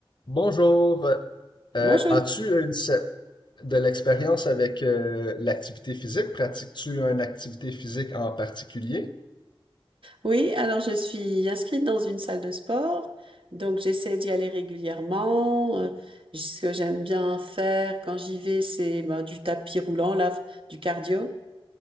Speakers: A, on the left; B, on the right.
A: Bonjour. Euh,
B: Bonjour.
A: as-tu une, se- de l'expérience avec euh, l'activité physique? Pratiques-tu une activité physique en particulier?
B: Oui, alors je suis inscrite dans une salle de sport, donc j'essaie d'y aller régulièrement. Euh, Ce que j'aime bien faire quand j'y vais, c'est ben, du tapis roulant, là, du cardio.